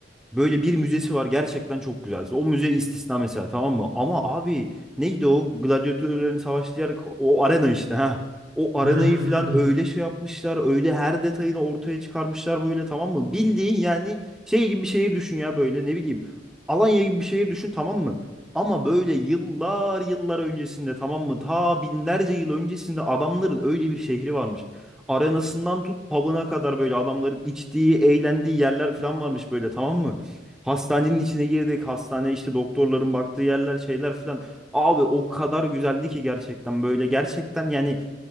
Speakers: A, in the centre; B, on the right (about 85°).
A: Böyle bir müzesi var gerçekten çok güzel. O müze istisna mesela tamam mı? Ama abi neydi o gladyatörlerin savaştığı yer o arena işte ha. O arenayı
B: Hı hı hı
A: falan
B: hı.
A: öyle şey yapmışlar. Öyle her detayını ortaya çıkarmışlar böyle tamam mı? Bildiğin yani şey gibi bir şehir düşün ya böyle ne bileyim. Alanya gibi bir şehir düşün tamam mı? Ama böyle yıllar yıllar öncesinde tamam mı? Ta binlerce yıl öncesinde adamların öyle bir şehri varmış. Arenasından tut pub'ına kadar böyle adamların içtiği, eğlendiği yerler falan varmış böyle tamam mı? Hastanenin içine girdik. Hastane işte doktorların baktığı yerler şeyler filan. Abi o kadar güzeldi ki gerçekten böyle gerçekten yani